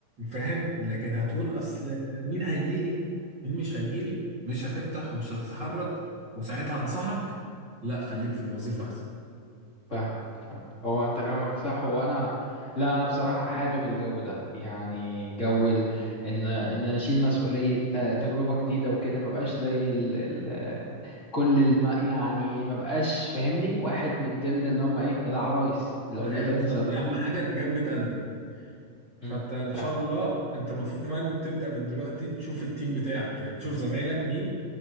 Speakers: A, on the right (about 30°); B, on the left (about 20°).
A: فاهم لكن هتقول اصل مين هيجيلي مين مش هيجيلي مش هتفتح ومش هتتحرك وساعتها انصحك لا خليك في الوظيفة احسن
B: فاهمك فاهمك هو انت كلامك صح هو انا لا انا بصراحه حابب الجو ده يعني جو ال... ان ان اشيل مسؤوليه ت- تجربه جديده وكده ما بقاش زي ال... ال... كل الم... يعني ما بقاش فاهمني واحد من ضمن اللي هم ايه العرايس لو
A: هي
B: نقدر
A: بالظبط
B: نسميهم
A: اهم
B: كده
A: حاجة تجمد قلبك فانت
B: امم
A: ان
B: فاهم
A: شاء الله انت المفروض كمان تبدأ من دلوقتي تشوف التيم بتاعك يعني تشوف زمايلك مين